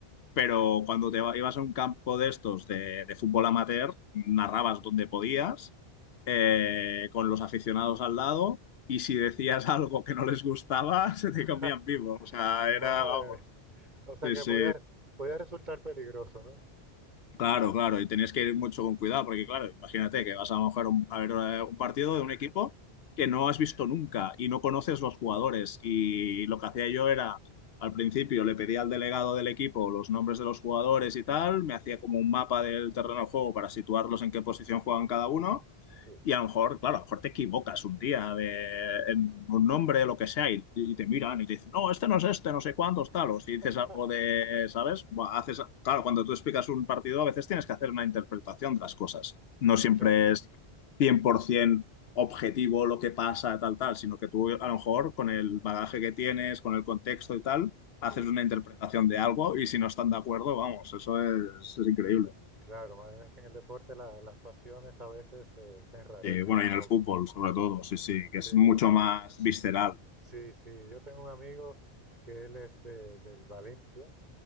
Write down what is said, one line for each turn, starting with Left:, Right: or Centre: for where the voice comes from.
Left: pero cuando te iba- ibas a un campo de estos de, de fútbol amateur, narrabas donde podías, eh, con los aficionados al lado, y si decías <laughs> algo que no les gustaba, <laughs> se
Right: <laughs>
Left: te comían vivo. O sea,
Right: Madre
Left: era, vamos,
Right: mía. O sea
Left: sí,
Right: que
Left: sí.
Right: podía, podía resultar peligroso, ¿no?
Left: Claro, claro, y tenías que ir mucho con cuidado, porque claro, imagínate que vas a lo mejor un- a ver eh, un partido de un equipo que no has visto nunca y no conoces los jugadores. Y lo que hacía yo era, al principio le pedía al delegado del equipo los nombres de los jugadores y tal, me hacía como un mapa del terreno de juego para situarlos en qué posición juegan cada uno
Right: Sí.
Left: y a lo mejor, claro, a lo mejor te equivocas un día de, en un nombre, lo que sea, y, y te miran y te dicen, no, este no es este, no sé cuántos, tal. O si dices
Right: <laughs>
Left: algo de, ¿sabes? Buah, haces, claro, cuando tú explicas un partido, a veces tienes que hacer una interpretación de las cosas. No siempre
Right: Claro,
Left: es 100% objetivo lo que pasa, tal, tal, sino que tú, a lo mejor, con el bagaje que tienes, con el contexto y tal,
Right: sí,
Left: haces una interpretación de algo y si no están de acuerdo, vamos, eso es, es increíble.
Right: claro, madre mía, es que en el deporte la- las pasiones a veces eh, se enrarecen
Left: Sí, bueno,
Right: un
Left: y
Right: poco.
Left: en el fútbol, sobre todo, sí, sí, que es
Right: Sí,
Left: mucho más visceral,
Right: sí, sí. Yo tengo un amigo que él es de, del Valencia,